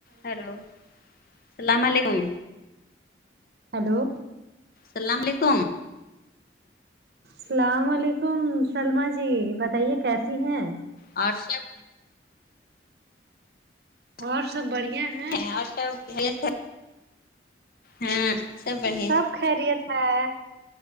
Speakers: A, on the left; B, on the right.
A: ہیلو سلام علیکم
B: ہیلو
A: سلام علیکم
B: سلام علیکم سلما جی بتائیے کیسی ہیں
A: اور سب
B: اور سب بڑھیا ہیں
A: ہیں اور سب خیریت ہے ہاں بڑھیا
B: سب خیریت ہے